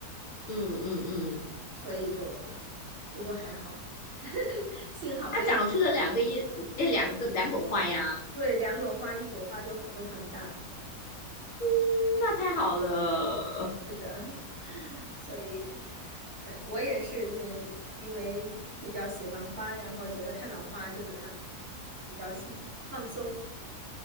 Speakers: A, on the left; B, on the right.
A: 嗯嗯嗯。
B: 所以就，不过还好，<laughs> 幸好它有，
A: 它长出了两个叶子，哎，两个两朵花呀，
B: 对，两朵花，一朵花就很都很大。
A: 嗯那太好了。
B: 是的，<laughs> 所以，呃，我也是，是因为比较喜欢花，然后觉得看到花就能让自己比较心放松。